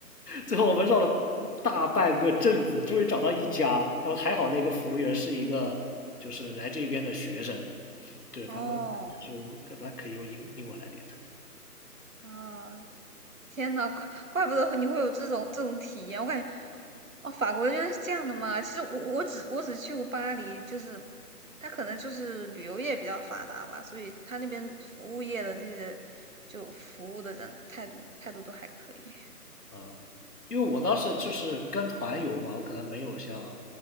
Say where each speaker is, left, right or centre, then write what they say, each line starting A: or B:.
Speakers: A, on the left; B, on the right.
A: 最后我们绕了大半个镇子，终于找到一家，然后还好那个服务员是一个就是来这边的学生，对，
B: 啊！
A: 他们就是可他可以用英英文来点餐
B: 哦，啊，天呐，怪怪不得你会有这种这种体验，我感觉，哦，法国原来是这样的嘛。其实我我只我只去过巴黎，就是它可能就是旅游业比较发达吧，所以它那边服务业的这些就服务的人态度态度都还可以
A: 啊，因为我当时就是跟团游嘛，我可能没有像